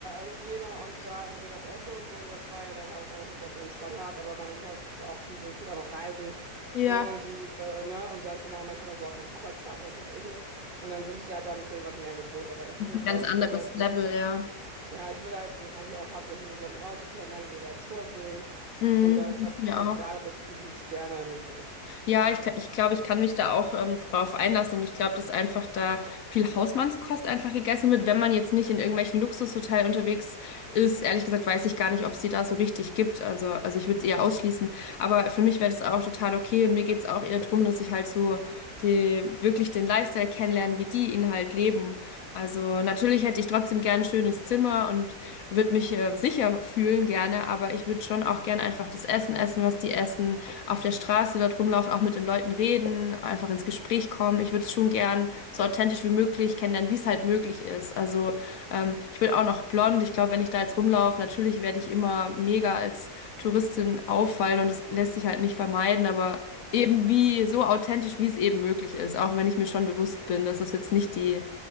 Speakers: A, on the right; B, on the left.
A: äh, Hygiene und da irgendwie das Essen und so, und das war ja dann halt alles nicht auf ihrem Standard, aber meine Mutter ist jetzt auch, die sind viel am Reisen,
B: Ja.
A: mh, die, äh, ne, und da sind auch manchmal dann so auf Kreuzfahrt, was weiß ich nicht, und dann sind die da halt da ein bisschen was mehr gewohnt, aber ich
B: Das
A: bin
B: ist
A: jetzt
B: ein ganz
A: auch,
B: anderes
A: ich bin immer
B: Level,
A: so
B: ja.
A: ja, ich will da jetzt eigentlich auch hauptsächlich Leute kennenlernen, die Natur sehen.
B: Mhm.
A: Und da
B: Das
A: ist
B: geht's
A: mir das
B: mir
A: auch egal,
B: auch.
A: ob das jetzt ein Fünf-Sterne-Menü ist.
B: Ja, ich, gl- ich glaube, ich kann mich da auch ähm, drauf einlassen und ich glaube, dass einfach da viel Hausmannskost einfach gegessen wird, wenn man jetzt nicht in irgendwelchen Luxushotels unterwegs ist. Ehrlich gesagt weiß ich gar nicht, ob es die da so richtig gibt. Also, also ich würde es eher ausschließen. Aber für mich wäre das auch total okay. Mir geht's auch eher drum, dass ich halt so die, wirklich den Lifestyle kennenlerne, wie die ihn halt leben. Also natürlich hätte ich trotzdem gern ein schönes Zimmer und würde mich äh, sicher fühlen gerne, aber ich würde schon auch gern einfach das Essen essen, was die essen auf der Straße dort rumlaufen, auch mit den Leuten reden, einfach ins Gespräch kommen. Ich würde es schon gern so authentisch wie möglich kennenlernen, wie es halt möglich ist. Also ähm, ich bin auch noch blond. Ich glaube, wenn ich da jetzt rumlaufe, natürlich werde ich immer mega als Touristin auffallen und das lässt sich halt nicht vermeiden, aber eben wie so authentisch, wie es eben möglich ist, auch wenn ich mir schon bewusst bin, dass es jetzt nicht die